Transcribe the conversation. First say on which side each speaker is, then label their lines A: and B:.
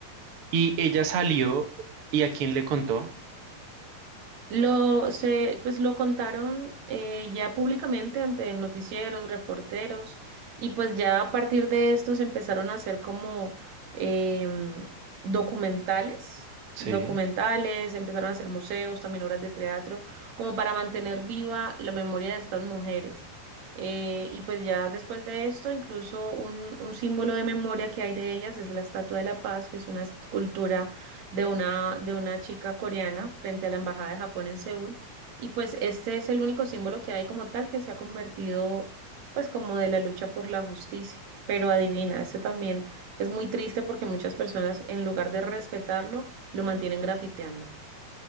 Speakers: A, on the right (about 70°); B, on the right (about 60°).
A: Y ella salió y a quién le contó.
B: Lo, se, pues lo contaron eh, ya públicamente ante noticieros, reporteros, y pues ya a partir de estos empezaron a hacer como em, documentales,
A: sí.
B: documentales, empezaron a hacer museos, también obras de teatro, como para mantener viva la memoria de estas mujeres. Eh, y pues ya después de esto, incluso un, un símbolo de memoria que hay de ellas es la Estatua de la Paz, que es una escultura de una, de una chica coreana frente a la Embajada de Japón en Seúl. Y pues este es el único símbolo que hay como tal que se ha convertido pues como de la lucha por la justicia. Pero adivina, este también es muy triste porque muchas personas en lugar de respetarlo lo mantienen grafiteando.